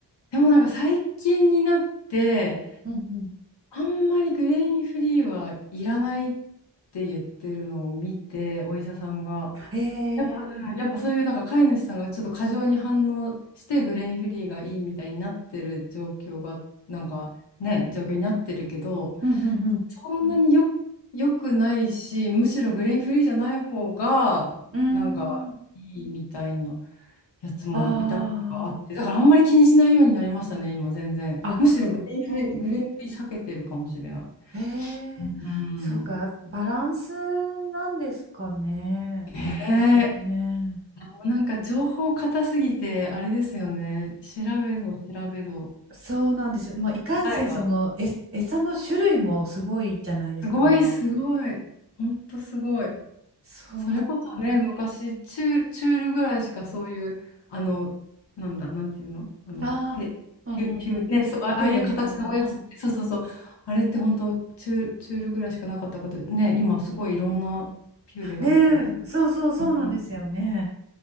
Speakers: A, on the left; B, on the right.
A: でもなんか最近になって、
B: うんうん。
A: あんまりグレインフリーはいらないって言ってるのを見て、お医者さんが。
B: ええ。
A: やっぱ、うんやっぱそういうなんか飼い主さんがちょっと過剰に反応してグレインフリーがいいみたいになってる状況がなんかね状況になってるけど
B: うんうんうん。
A: そんなによ、良くないしむしろグレインフリーじゃない方がなんかいいみたいな
B: うーん。
A: やつも見たことがあってだからあんまり気にしないようになりましたね今全然むしろグレインフリー、
B: ああ、あ、うん。
A: グレインフリー避けてるかもしれない。
B: え
A: うん、
B: え、そうか、バランスなんですかね。
A: へ。
B: 結局ね。
A: あなんか情報硬すぎて、あれですよね。調べど、調べど。
B: そうなんです。まあ、いかんせん、
A: 答えが。
B: その、え、餌の種類もすごいじゃないですか。
A: すごい、すごい。ほんとすごい。
B: そうだからね。
A: それこそね、昔、チュール、チュールぐらいしかそういう、あの、なんだ、なんていうのあの、
B: ああ、
A: ペ、ピュ、
B: うんうんうん。
A: ピュ、ね、そう、あ、ああいう形のおやつって、
B: ピュレみたいな。うん。
A: そうそうそう。あれって本当チュール、チュールぐらいしかなかったこと、ね、今すごいいろんなピューレが出てる。
B: ねえ、そうそうそうなんですよね。
A: うん